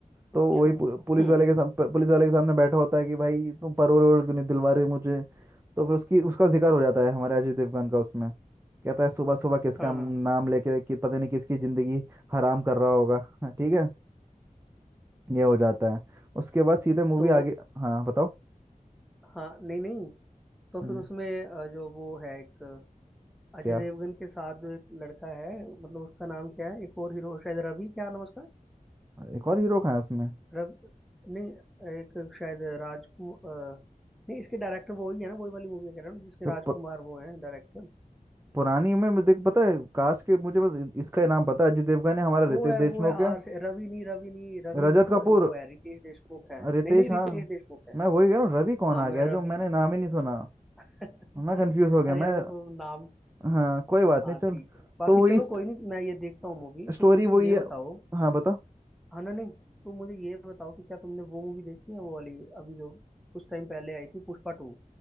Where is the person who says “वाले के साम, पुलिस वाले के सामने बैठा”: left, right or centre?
Right